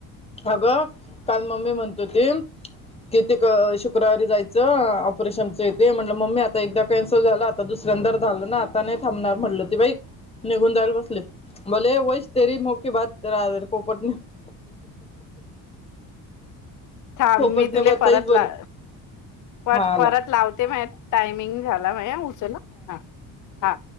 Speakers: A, on the left; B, on the left.
A: अगं काल मम्मी म्हणतो त
B: ह
A: किती शुक्रवारी जायचं ऑपरेशनचं इथे म्हट मम्मी आता एकदा कॅन्सल झाला आता दुसऱ्यांदर झालं ना आता नाही थांबणार म्हटलं ते बाई निघून जायला बसले बलाले वईच तेरी मोक बाात तररा पोपटने
B: थांब
A: पोपटने
B: मी तुले
A: बताईच
B: परत
A: बोले
B: ला परत
A: हा ला
B: लावते म्ह टायमिंग झाला मा उचला हा हा